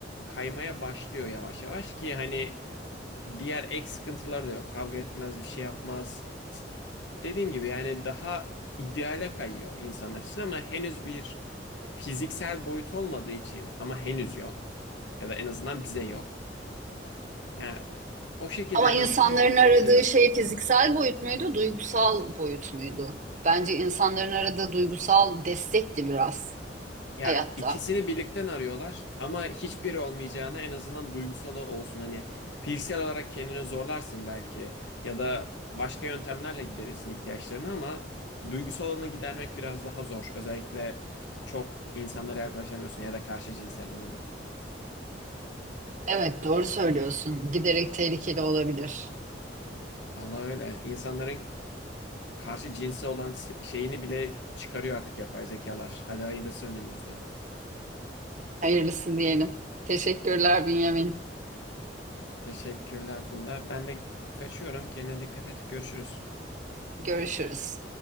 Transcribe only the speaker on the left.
kaymaya başlıyor yavaş yavaş ki hani diğer ek sıkıntıları da yok. Kavga etmez, bir şey yapmaz. S- Dediğim gibi yani daha ideale kayıyor insanlar için ama henüz bir fiziksel boyut olmadığı için ama henüz yok ya da en azından bize yok. Yani o şekilde
en
azından
şey var.
Ya
ikisini birlikten arıyorlar ama hiçbiri olmayacağına en azından duygusal olsun. Hani fiziksel olarak kendini zorlarsın belki ya da başka yöntemlerle giderirsin ihtiyaçlarını ama duygusal olanı gidermek biraz daha zor. Özellikle çok insanlara yaklaşamıyorsun ya da karşı cinse en azından.
Allah öyle. İnsanların karşı cinse olan se- şeyini bile çıkarıyor artık yapay zekalar. Hadi hayırlısı önümüzde.
Teşekkürler Funda. Ben de kaçıyorum. Kendine dikkat et. Görüşürüz.